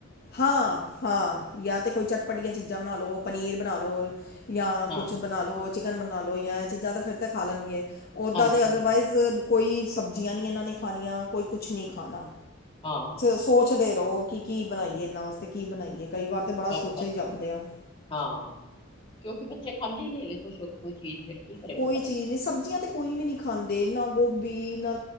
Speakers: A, on the left; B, on the left.
A: ਹਾਂ ਹਾਂ ਯਾ ਤੇ ਕੋਈ ਚਟਪਟੀਆਂ ਚੀਜ਼ਾਂ ਬਣਾ ਲਓ ਪਨੀਰ ਬਣਾ ਲਓ ਜਾਂ
B: ਹਾਂ
A: ਕੁਛ ਬਣਾ ਲਓ ਚਿਕਨ ਬਣਾ ਲਉ ਜਾਂ ਇਹ ਚੀਜ਼ਾਂ ਤਾਂ ਫਿਰ ਤਾਂ ਖਾ ਲੈਣਗੇ ਉੱਦਾਂ
B: ਹਾਂਜੀ
A: ਤੇ ਅਦਰਵਾਈਜ਼
B: ਹਾਂਜੀ
A: ਕੋਈ ਸਬਜ਼ੀਆਂ ਨੀ ਇਹਨਾਂ ਨੇ ਖਣੀਆਂ ਕੋਈ ਕੁਛ ਨੀ ਖਾਣਾ
B: ਹਾਂ
A: ਸੋਚਦੇ ਚੋ ਕਿ ਕੀ ਬਣਾਈਏ ਇਹਨਾਂ ਵਾਸਤੇ ਕੀ ਬਣਾਈਏ, ਕਈ ਵਾਰ ਤੇ ਬੜਾ
B: ਬਸ
A: ਸੋਚਿਆ
B: ਬਸ
A: ਹੀ ਜਾਂਦੇ ਆ
B: ਹਾਂ ਕਿਉਂਕਿ ਬੱਚੇ ਖਾਂਦੇ ਨੀ ਹੈਗੇ, ਖੁਸ਼ ਹੋਕੇ ਕੋਈ ਚੀਜ਼ ਫਿਰ ਕੀ ਕਰੇ
A: ਕੋਈ
B: ਬੰਦਾ
A: ਚੀਜ਼ ਨਹੀਂ ਸਬਜ਼ੀਆਂ ਤੇ ਕੋਈ ਵੀ ਨਹੀਂ ਖਾਂਦੇ, ਨਾ ਗੋਭੀ ਨਾ